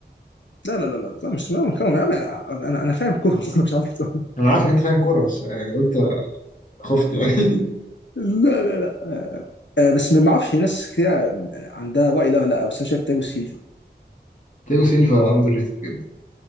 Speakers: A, on the left; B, on the left.
A: لا لا لا لا لا مش لا، كم- يا عم، انا انا أنا فاهم كوره <laughs> أنا مش عارف أتفرج.
B: انا عارف ان انت فاهم كوره بس يعني قلت خفت يعني <laughs>
A: لا لا لا آه، بس ما اعرفش ناس كتير يعني عندها الراي ده ولا لا بس انا شايف تيري سيلفا
B: تياجو سيلفا اندر ريتد جدا